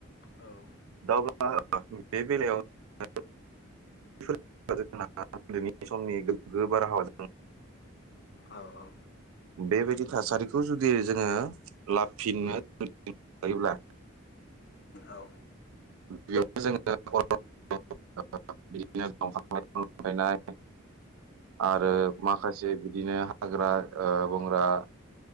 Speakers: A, on the left (about 50°); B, on the right (about 85°).
A: औ
B: दा अब्ला बे बेलायावनो <unintelligible> उन्दैनि समनि गोबगोब बारहावा
A: औ-औ।
B: बेबायदि थासारिखौ जुदि जोङो लाफिननो हायोब्ला।
A: औ।
B: बेयावनो जोङो' बिदिनो दंफां लाइफां हाफायनाय। आरो
A: औ
B: माखासे बि। बिदिनो हाग्रा ओ बंग्रा।